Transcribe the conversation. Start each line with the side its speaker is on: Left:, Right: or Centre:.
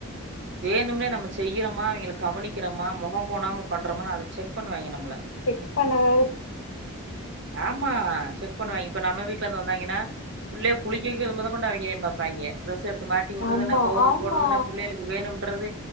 Right: வேணும்னே நம்ம செய்யிறமா அவிங்கள கவனிக்கிறமா மொகோ கோணாம பண்றமானு அத செக் பண்ணுவாய்ங்க நம்மள
Left: செக் பண்ண வேற
Right: ஆமா செக் பண்ணுவாய்ங்க இப்ப நம்ம வீட்லர்ந்து வந்தாய்ங்கனா புள்ளைய குளிக்க வெக்கிறது மொத கொண்டு அவிங்கதா பாப்பாய்ங்க ட்ரெஸ் எடுத்து மாட் டி உட்றதென்ன
Left: ஆமா
Right: பவுட்ரு
Left: ஆமா
Right: போட்றதென்ன புள்ளையளுக்கு வேணும்ன்றது